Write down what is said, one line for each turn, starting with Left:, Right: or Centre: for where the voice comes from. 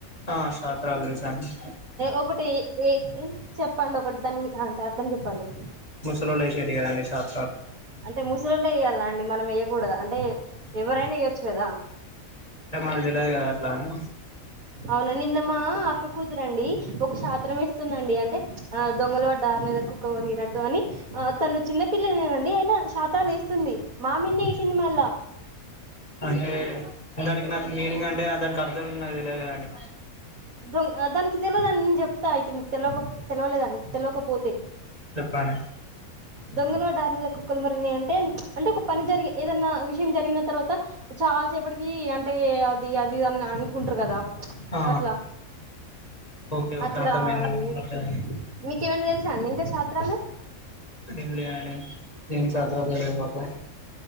Left: ఆ శాతరాలు తెలుసండి.
Right: ఒకటి ఏ చెప్పండి ఒకటి దాని అంటే అర్థం చెప్పండి.
Left: ముసలోడు అయితే అది గానే కాదు.
Right: అంటే ముసలోళ్ళే ఎయ్యాలా అండి మనం ఎయ్యకూడదా అంటే ఎవరైనా ఇయ్యొచ్చు కదా‌.
Left: అంటే మానకు తెలవదు కదా అట్లా అని.
Right: అవునా నిన్నమ్మా అక్క కూతురండి ఒక శషాత్రం ఇస్తుందండి అంటే ఆ దొంగలు వడ్డారునేద కుక్కం మురిగినట్టు అని ఆ తను చిన్నపిల్లనేనండి అయన శషాత్రాలు వేస్తుంది మామిని వేసింది మళ్ళా
Left: అంటే దానికి నాకు మీనింగ్ అంటే దానికి అర్థాలున్నా తెలే కదాండి
Right: ద దానికి తెలియదుండి నేను చెప్తా అయితే మీకు తెయక తెలియలేదండి తెలియకపోతే
Left: చెప్పణ
Right: దొంగలుడార్ నెల కుక్కలు మురిగిన అంటే అంటే ఒక పని జరిగి ఏదన్నా విషయం జరిగిన తర్వాత చాలాసేపటికి అంటే అది అది అని అనుకుంటారు కదా
Left: ఆ
Right: అట్లా
Left: ఓకే ఓకే
Right: అట్లా
Left: అర్థమైందండి
Right: అండి
Left: అర్థమైంది
Right: మీకు ఏమైనా తెలుసా అండి ఇంకా రాత్రాలు
Left: ఇలీ అని త సత జ మాకు